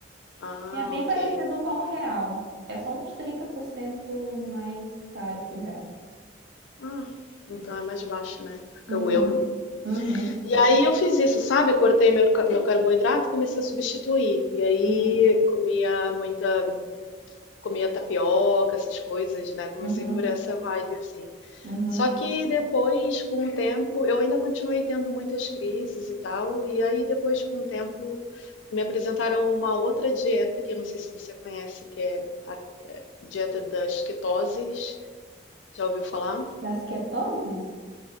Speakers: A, on the left; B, on the right.
A: Ah,
B: E é bem
A: ok.
B: parecido com o real. É só uns 30% mais caro que o real.
A: Ah, então é mais baixo, né?
B: Uhum,
A: Que o euro.
B: uhum,
A: E aí eu fiz isso, sabe? Cortei meu, ca- meu carboidrato e comecei a substituir. E aí
B: uhum,
A: comia muita, comia tapioca, essas coisas, né? Comecei
B: uhum,
A: por essa vibe assim.
B: uhum.
A: Só que depois, com o tempo, eu ainda continuei tendo muitas crises e tal. E aí depois, com o tempo, me apresentaram uma outra dieta que eu não sei se você conhece, que é a dieta das ketoses. Já ouviu falar?
B: Das ketoses?